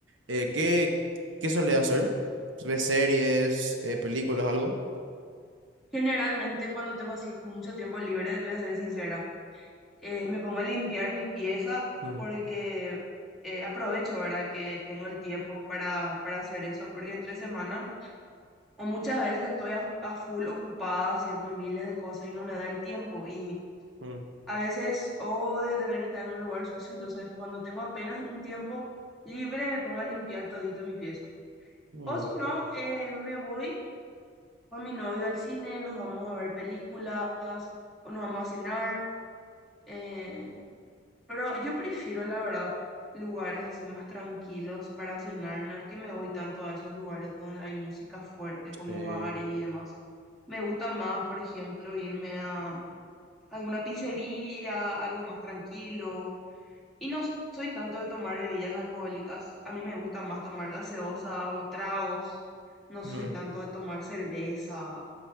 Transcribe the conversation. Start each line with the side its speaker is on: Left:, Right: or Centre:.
Right: eh, ¿qué, qué solés hacer? ¿Ves series, eh, películas, algo?
Centre: Generalmente cuando tengo así mucho tiempo libre, voy a ser sincera, eh, me pongo a limpiar mi pieza
Right: Mm,
Centre: porque eh, aprovecho ahora que tengo el tiempo para, para hacer eso, porque entre semana o muchas veces estoy a, a full ocupada haciendo miles de cosas y no me da el tiempo. Y
Right: mm,
Centre: A veces odio tener que estar en un lugar sucio, entonces cuando tengo apenas un tiempo libre me pongo a limpiar todito mi pieza.
Right: bien,
Centre: O si no, eh, me voy con mi novio al cine, nos vamos a ver películas o nos vamos a cenar. eh, pero yo prefiero, la verdad, lugares así más tranquilos para cenar. No es que me voy tanto a esos lugares donde hay música fuerte como
Right: sí.
Centre: bares y demás. Me gusta más, por ejemplo, irme a alguna pizzería, algo más tranquilo Y no soy tanto de tomar bebidas alcohólicas. A mí me gusta más tomar gaseosa o tragos. No soy
Right: Mm,
Centre: tanto de tomar cerveza